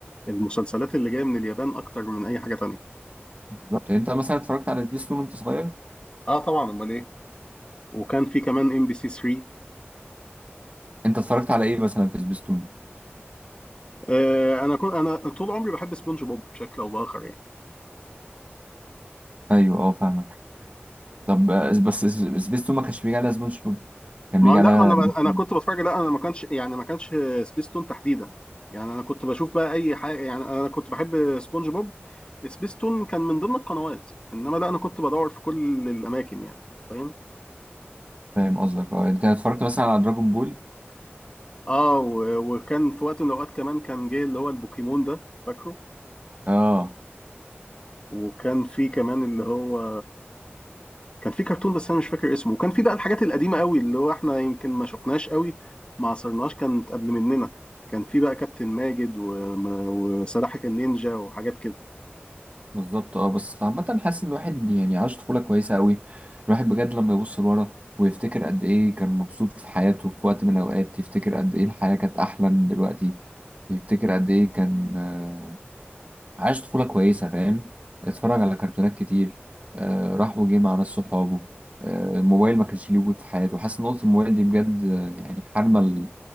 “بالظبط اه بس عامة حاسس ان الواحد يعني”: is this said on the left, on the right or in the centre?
Right